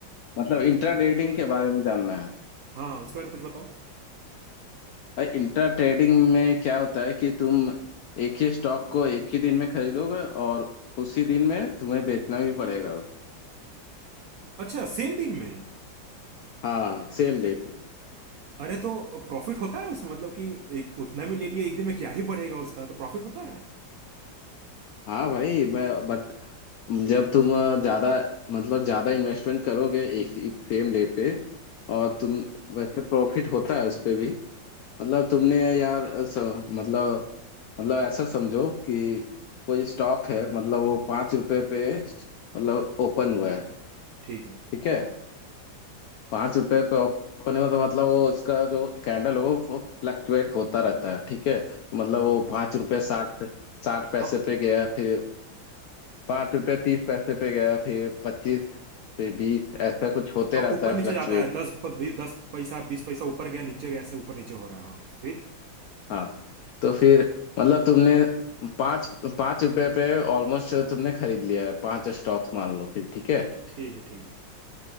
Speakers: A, on the left; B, on the right.
A: मतलब
B: हाँ
A: इंट्रा ट्रेडिंग के बारे में जानना है
B: हाँ हाँ उसके बारे में कुछ बताओ
A: भाई इंट्रा ट्रेडिंग में क्या होता है कि तुम एक ही स्टॉक को एक ही दिन में खरीदोगे और उसी दिन में तुम्हें बेचना भी पड़ेगा
B: अच्छा सेम दिन में ही
A: हाँ सेम डे पे
B: अरे तो प्रॉफिट होता है उसमें मतलब कि एक उतना में ले लिए एक दिन में क्या ही बढ़ेगा उसका तो प्रॉफिट होता है
A: हाँ भाई मैं बट जब तुम ज्यादा मतलब ज्यादा इन्वेस्टमेंट करोगे एक सेम डे पे और तुम वैसे प्रॉफिट होता है उस पे भी मतलब तुमने यार स, मतलब मतलब ऐसा समझो कि कोई स्टॉक है मतलब वो पाँच रुपए पे मतलब ओपन हुआ है
B: ठीक है
A: ठीक है पाँच रुपए पे ओपन हुआ तो मतलब वो उसका जो कैंडल हो वो फ्लक्चुएट होता रहता है ठीक है मतलब
B: हाँ
A: वो
B: हाँ
A: पाँच रुपए साठ पे साठ पैसे
B: हाँ
A: पे गया फिर पाँच रुपए तीस पैसे पे गया फिर पच्चीस फिर बीस ऐसा कुछ होते
B: हाँ
A: रहता
B: ऊपर
A: है
B: नीचे
A: फ्लक्चुएट
B: जाता है दस प, भी- दस पैसा बीस पैसा ऊपर गया नीचे गया ऐसे ऊपर नीचे हो रहा है हाँ तो फिर
A: हाँ तो फिर मतलब तुमने पाँच पाँच रुपए पे ऑलमोस्ट तुमने खरीद लिया है पांच स्टॉक्स मान लो फिर ठीक है
B: ठीक है ठीक है